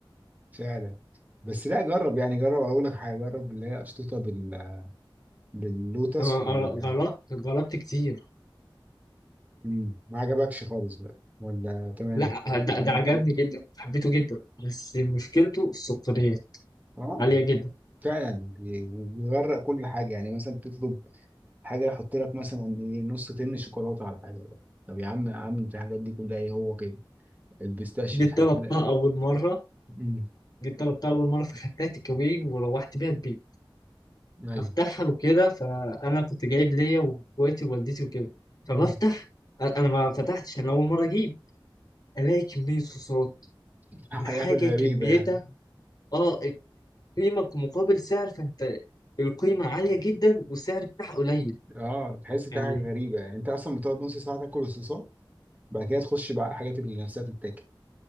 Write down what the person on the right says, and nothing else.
فعلا بس لا جرب يعني جرب اقول لك حاجه جرب اللي هي اشطوطه بال باللوتس
وال
مم، ما عجبكش خالص بقى ولا تمام
اه
فعلا بي- بيغرق كل حاجه يعني مثلا تطلب حاجه يحط لك مثلا إيه نص تن شوكولاته على حاجه بقى. طب يا عم يا عم في الحاجات دي كلها ايه هو كده البيستاشيو
بتحط
لك
امم
ايوه
مم.
<laughs> حاجات
غريبه
يعني
اه تحس في
حاجه غريبه يعني انت اصلا بتقعد نص ساعه تاكل الصوصات بعد كده تخش بقى على الحاجات اللي نفسها تتاكل